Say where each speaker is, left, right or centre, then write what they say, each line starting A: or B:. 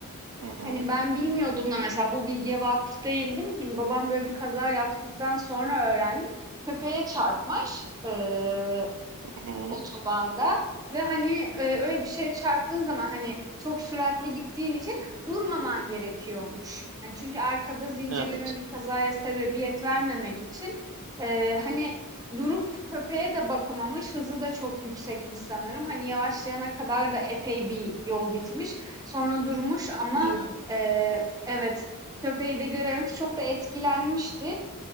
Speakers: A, on the right; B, on the right.
A: Hı hı,
B: hani, ben bilmiyordum da mesela bu bilgiye vakıf değildim. Hani, babam böyle bir kaza yaptıktan sonra öğrendim. Köpeğe çarpmış. Eee
A: hı hı.
B: Otobanda ve, hani, eee, öyle bir şeye çarptığın zaman, hani, çok süratli gittiğin için durmaman gerekiyormuş. Hani, çünkü arkada zincirleme
A: Evet
B: bir kazaya sebebiyet vermemek için, eee, hani, durup köpeğe de bakamamış, hızı da çok yüksekmiş sanırım. Hani, yavaşlayana kadar da epey bir yol gitmiş. Sonra durmuş ama,
A: diye.
B: eee, evet, köpeği de görememiş. Çok da etkilenmişti.